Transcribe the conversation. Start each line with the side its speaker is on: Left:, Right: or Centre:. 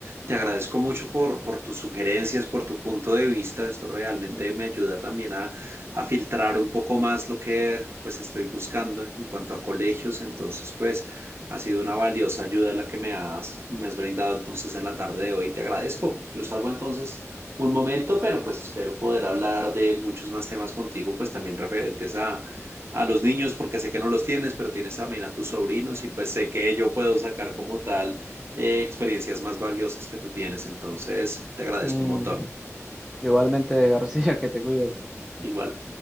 Right: te agradezco mucho por, por tus sugerencias, por tu punto de vista. Esto realmente me ayuda también a, a filtrar un poco más lo que pues estoy buscando en cuanto a colegios. Entonces, pues... Ha sido una valiosa ayuda la que me has, me has brindado entonces en la tarde de hoy. Te agradezco. Yo salgo entonces un momento, pero pues espero poder hablar de muchos más temas contigo, pues también referentes a, a los niños, porque sé que no los tienes, pero tienes también a tus sobrinos y pues sé que yo puedo sacar como tal eh, experiencias más valiosas que tú tienes. Entonces, te agradezco
Centre: Mm,
Right: un montón.
Centre: igualmente, García, <laughs> que te cuides.
Right: Igual.